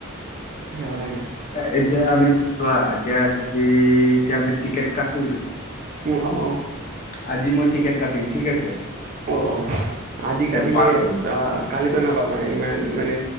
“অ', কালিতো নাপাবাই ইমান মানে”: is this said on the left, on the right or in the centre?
Right